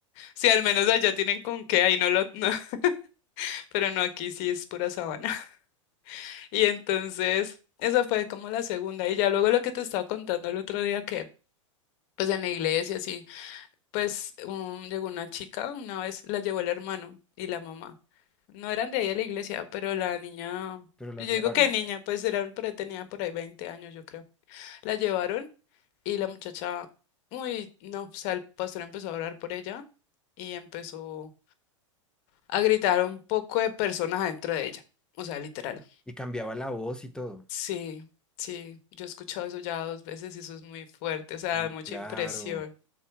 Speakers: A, on the left; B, in the centre.
A: sí, al menos allá tienen con qué, ahí no lo, no, <laughs> pero no aquí sí es pura sabana. <laughs> Y entonces, esa fue como la segunda. Y ya luego lo que te estaba contando el otro día que, pues en la iglesia, así pues un- llegó una chica, una vez la llevó el hermano y la mamá. No eran de ahí a la iglesia, pero la niña,
B: pero las
A: yo digo
B: llevaron.
A: que niña, pues era, por ahí tenía por ahí 20 años, yo creo. La llevaron y la muchacha, uy, no, o sea, el pastor empezó a orar por ella y empezó a gritar un poco de personas adentro de ella. O sea, literal.
B: Y cambiaba la voz y todo.
A: Sí, sí, yo he escuchado eso ya dos veces y eso es muy fuerte, o sea,
B: Uy,
A: da mucha
B: claro,
A: impresión.